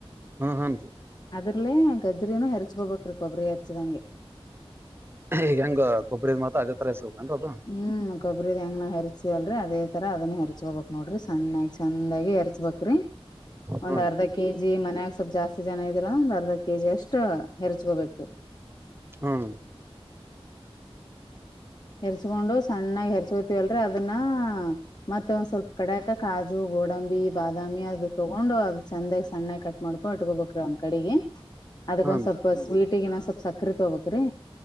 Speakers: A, on the right (about 20°); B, on the left (about 40°).
A: ಹಾ ಹಾ ರೀ-
B: ಅದ್ರಲೇ ಗಜ್್ರನ ಹರ್ಚ್ಕೋಬೇಕ್ರೀ ಕೊಬ್ಬರಿ ಹರ್ಚಿದಂಗೆ.
A: ಈಗ ಹೆಂಗ ಕೊಬ್ಬರಿದ್ ಮಾತ್ರ ಅದ ತರ ಸಕ ಅಂತ ಅದು.
B: ಹ್ಮ್ ಕೊಬ್ಬ್ರದ ಹೆಂಗ ನಾವು ಹೆರ್ತೀವಲ್ರಿ ಅದೇ ತರ ಅದನ್ನ ಹೆರ್ಚ್ಕೋಬೇಕಕ್ ನೋಡ್ರಿ ಸಣ್ಣಾಗಿ ಚಂದಾಗಿ ಎ ಹೆರ್ಸ್ಬೇಕಕ್. ್ರಿ ಒಂದ್
A: ಹ್ಮ್
B: ಅರ್ಧ. ಕೆ ಜಿ ಮನ್ಯಾಗ ಸ್ವಲ್ಪ್ ಜಾಸ್ತಿ ಜನ ಇದಿಲ್ಲಾ ಒಂದ್ ಅರ್ಧ ಕೆ ಜಿ ಅಷ್ಟ ಹೆರ್ಚ್ಕೋಬೇಕೇ್ರೀ.
A: ಹ್ಮ್-
B: ಎರ್ಚ್ಕೊಂಡು ಸಣ್ಣಾಗಿ ಎರ್ಚ್ಕೋತಿವಲ್ರ ಅದನ್ನ ಮತ್ತೆ ಒಂದ್ ಸ್ವಲ್ಪ ಕಡಕಕ್. ಕಾಜು ಗೋಡಂಬಿ ಬಾದಾಮಿ ಅದು ತೊಗೊಂಡು ಅದು ಚಂದಾಗ ಸಣ್ಣ ಕಟ್ಟ. ಮಾಡ್ಕೊಂಡ ಉಟ್ಕೋಬೇಕ್ರ ಒಂದ್ ಕಡೆಗೆ ಅದಕ್
A: ಹ್ಮ್
B: ಒಂದ ಸ್ವಲ್ಪ ಸ್ವೀಟಗ ಸ್ವಲ್ಪ ಸಕ್ಕ. ಸಕ್ರೆ ತೊಬಕ್್ರಿ